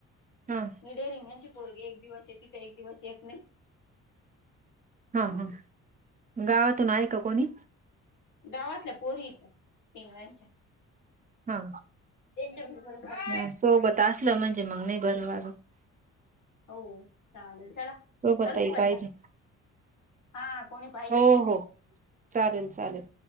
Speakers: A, on the right; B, on the left.
A: हा
B: हीडे रिंगांची पोळगे एक दिवस येते तर एक दिवस येत नाही
A: हा हा गावातून आहे का कोणी
B: गावातल्या पोरी इथं तिंगच्या
A: हा
B: त्यांच्या बरोबर
A: ह सोबत असलं म्हणजे मग नाही बरं वार
B: हो चालेल चला
A: सोबतही
B: करू ख बंदा
A: पाहिजे
B: हा कोणी पाहिजे
A: हो
B: सोबत
A: हो चालेल चालेल.